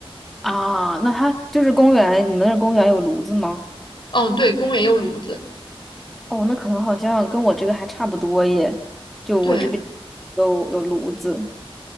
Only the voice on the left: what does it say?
嗯，对，公园有炉子，
对，